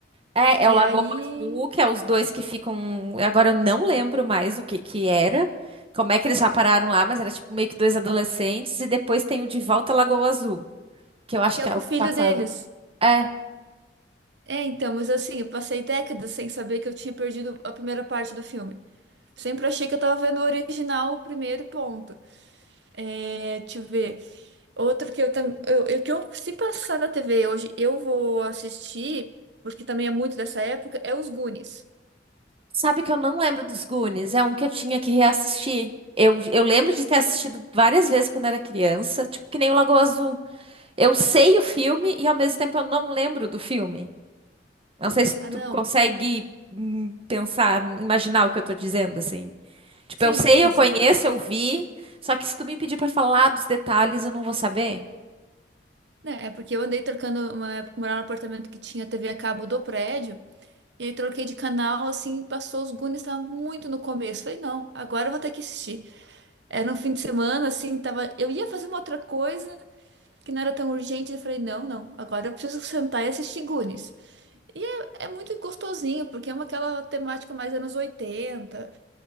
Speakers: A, on the right; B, on the right.
A: É,
B: que
A: é o Lagoa
B: é aí
A: Azul, que é os dois que ficam. Agora eu não lembro mais o que que era, como é que eles já pararam lá, mas era tipo meio que dois adolescentes, e depois tem o De Volta à Lagoa Azul, que eu acho
B: que
A: que
B: é com
A: é o
B: o
A: que
B: filho
A: passava.
B: deles.
A: É.
B: É, então, mas assim, eu passei décadas sem saber que eu tinha perdido a primeira parte do filme. Sempre achei que eu tava vendo o original, o primeiro e ponto. É, deixa eu ver. Outro que eu também. Eu, eu- que eu, se passar da TV hoje, eu vou assistir, porque também é muito dessa época, é os Goonies.
A: Sabe que eu não lembro dos Goonies? É um que eu tinha que reassistir. Eu, eu lembro de ter assistido várias vezes quando era criança, tipo que nem o Lagoa Azul. Eu sei o filme e ao mesmo tempo eu não lembro do filme. Não sei se
B: Ah,
A: tu
B: não.
A: consegue hum, pensar, imaginar o que eu tô dizendo, assim. Tipo,
B: Sim,
A: eu sei,
B: sim.
A: eu
B: se
A: conheço,
B: per-
A: eu vi, só que se tu me pedir pra falar dos detalhes, eu não vou saber.
B: né, é porque eu andei trocando uma época, morava num apartamento que tinha TV a cabo do prédio. E aí troquei de canal, assim, passou os Goonies, tava muito no começo. Falei, não, agora eu vou ter que assistir. Era um fim de semana, assim, tava. Eu ia fazer uma outra coisa que não era tão urgente. Eu falei, não, não, agora eu preciso sentar e assistir Goonies. E é, é muito gostosinho, porque é uma, aquela temática mais anos 80,